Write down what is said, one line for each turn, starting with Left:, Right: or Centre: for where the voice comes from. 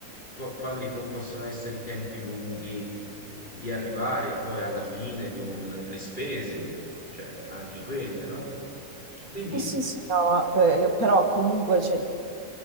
Left: qua- quali po- possono essere i tempi lunghi eh, di arrivare poi alla fine di un, le spese, cioè anche quelle, no? Quindi
Right: eh, sì, sì, sì, no, ma, eh, però comunque cioè,